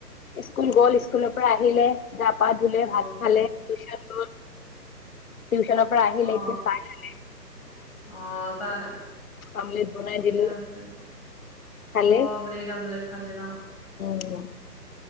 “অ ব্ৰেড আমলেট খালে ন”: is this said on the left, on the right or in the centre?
Centre